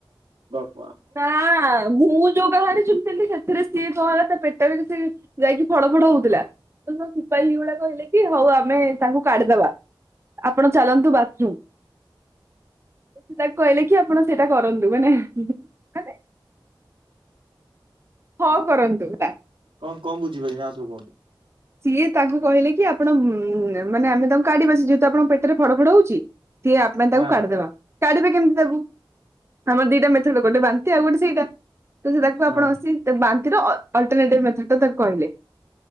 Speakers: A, on the right (about 80°); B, on the right (about 30°).
A: <inaudible>
B: ନା ମୁଁ ଯୋଉ ବାହାରେ ସୁଣିଥିଲି ସେଥିରେ ସିଏ କଣ ତା ପେଟରେ ସେ ଯାଇକି ଫଳ ଫଡ ହଉଥିଲା ତ ସ ସିପାହୀ ଭଳିଆ କହିଲେ। କି ହଉ ଆମେ ତାଙ୍କୁ କାଢିଦବା ଆପଣ ଚାଲନ୍ତୁ। ବାଥରୁମ୍। ସେଟା କହିଲେ କି ଆପଣ ସେଇଟା କରନ୍ତୁ। ମାନେ ମାନେ ହଁ କରନ୍ତୁ। ସେଟା।
A: କଣ କଣ ବୁଝିପାରିମି ଆଉଥରେ କୁହ?
B: ସିଏ ତାଙ୍କୁ କହିଲେ କି ଆପଣ ମାନେ ଆମେ ତାଙ୍କୁ କାଢଡିବା ଯେହେତୁ ଆପଣଙ୍କ ପେଟରେ ଫଡ, ଫଡ, ହଉଛି। ସିଏ ଆପଣ ତାକୁ
A: ହଁ
B: କାଢିଦେବା କାଢ଼ିବେ କେମତି ତାକୁ ଆମର ଦିଟା ମେଥଡ ଗୋଟେ ବାନ୍ତି ଆଉ ଗୋଟେ ସେଇଟା। ତ ସେ ତାକୁ
A: ହଁ
B: ଆପଣ ବାନ୍ତିର ଅଲ୍ଟର୍ଣାଟିଭେ ମଥଡଟା ତାକୁ କହିଲେ।